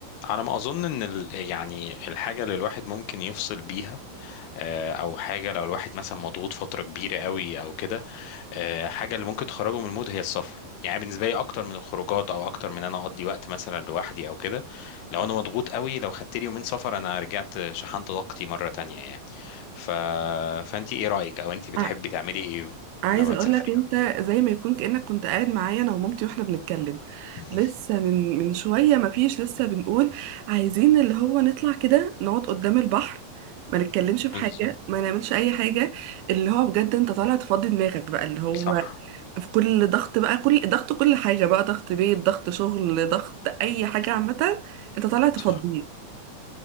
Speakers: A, on the left; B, on the right.
A: على ما اظن ان ال- يعني الحاجه اللي الواحد ممكن يفصل بيها آه، او حاجه لو الواحد مثلا مضغوط فتره كبيره قوي او كده آه، حاجه اللي ممكن تخرجه من المود هي السفر يعني بالنسبه لي اكتر من الخروجات او اكتر من انا اقضي وقت مثلا لوحدي او كده لو انا مضغوط قوي لو خدت لي يومين سفر انا رجعت شحنت طاقتي مره تانية يعني ف... فانت ايه رايك او انت بتحبي
B: ع-
A: تعملي ايه
B: عايزه
A: لما
B: اقول
A: تسافري
B: لك انت
A: أو كده؟
B: زي ما يكون كانك كنت قاعد معايا انا ومامتي واحنا بنتكلم
A: <laughs>
B: لسه من من شويه ما فيش لسه بنقول عايزين اللي هو نطلع كده نقعد قدام البحر ما نتكلمش
A: بالظبط
B: في حاجه ما نعملش اي حاجه اللي هو بجد انت طالع تفضي دماغك بقى اللي هو
A: صح
B: في كل ضغط بقى كل ضغط كل حاجه بقى ضغط بيت ضغط شغل ضغط اي حاجه عامه انت طالع تفضيه
A: صح